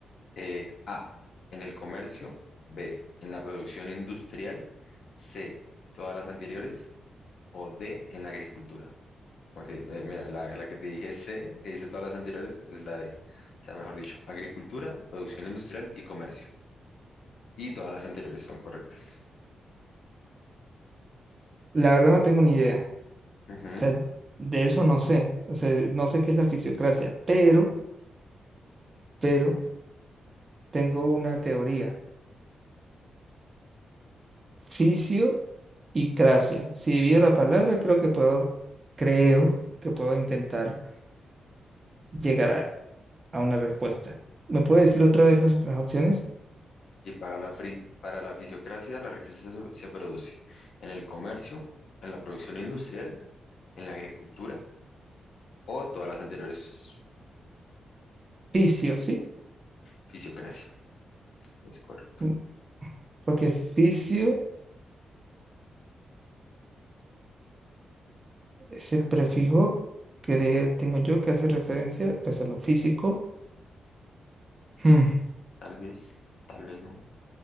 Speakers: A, on the left; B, on the right.
A: eh, A, en el comercio, B, en la producción industrial, C, todas las anteriores o D, en la agricultura. Ok, eh, mira, la, la que te dije C, que dice todas las anteriores, es la D. O sea, mejor dicho, agricultura, producción industrial y comercio. Y todas las anteriores son correctas.
B: la verdad no tengo ni idea.
A: Ujú,
B: O sea, de eso no sé. O sea, no sé qué es la fisiocracia, pero, pero. Tengo una teoría. Fisio y cracia. Si divido la palabra, creo que puedo, creo que puedo intentar llegar a, a una respuesta. ¿Me puede
A: ok.
B: decir otra vez las, las opciones?
A: Y para la, fri- para la fisiocracia, la riqueza se, se produce en el comercio, en la producción industrial, en la agricultura o todas las anteriores
B: Fisio, ¿sí?
A: fisiocracia. Es correcto.
B: Mm, Porque fisio, ese prefijo
A: Ujú,
B: que tengo yo que hace referencia pues a lo físico. Hmm,
A: Tal vez, tal vez no,